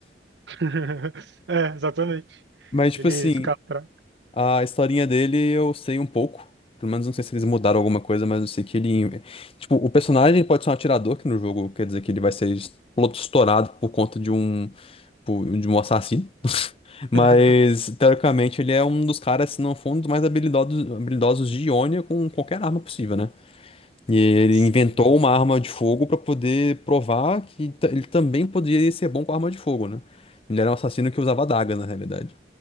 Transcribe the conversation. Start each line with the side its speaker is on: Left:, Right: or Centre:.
Right: <laughs> É, exatamente.
Left: Mas,
Right: Se
Left: tipo
Right: ele
Left: assim,
Right: ficar fraco.
Left: A historinha dele eu sei um pouco. Pelo menos não sei se eles mudaram alguma coisa, mas eu sei que ele. Tipo, o personagem pode ser um atirador, que no jogo quer dizer que ele vai ser explo- estourado por conta de um, por- de um assassino. Mas,
Right: <laughs>
Left: teoricamente, ele é um dos caras, se não for um dos mais habilidosos, habilidosos de Ionia com qualquer arma possível, né? E ele
Right: Sim,
Left: inventou uma arma de fogo pra poder provar que ta- ele também poderia ser bom com arma de fogo, né? Ele era um assassino que usava adagas, na realidade.